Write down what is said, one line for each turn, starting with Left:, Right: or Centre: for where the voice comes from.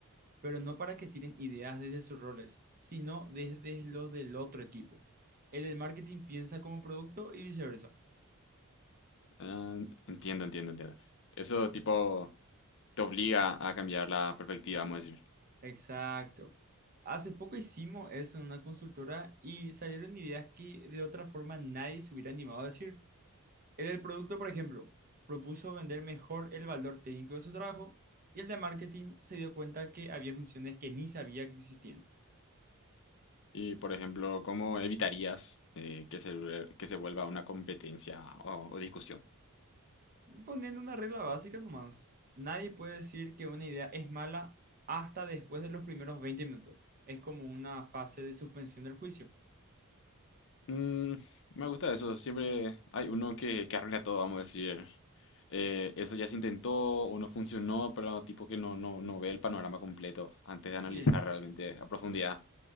Right: pero no para que tiren ideas desde sus roles, sino desde los del otro equipo. El del marketing piensa como producto y viceversa.
Left: Ah, entiendo, entiendo, entiendo. Eso tipo te obliga a cambiar la perspectiva, vamos a decir.
Right: Exacto. Hace poco hicimos eso en una consultora y salieron ideas que de otra forma nadie se hubiera animado a decir. El producto, por ejemplo, propuso vender mejor el valor técnico de su trabajo y el de marketing se dio cuenta que había funciones que ni sabía que existían.
Left: Y, por ejemplo, ¿cómo evitarías eh, que se, vuel- que se vuelva una competencia o, o discusión?
Right: Poniendo una regla básica nomás, nadie puede decir que una idea es mala hasta después de los primeros 20 minutos. Es como una fase de suspensión del juicio.
Left: Mm, me gusta eso. Siempre hay uno que, que arruina todo, vamos a decir. eh, eso ya se intentó o no funcionó, pero tipo que no, no, no ve el panorama completo antes de analizar
Right: Y
Left: realmente a profundidad.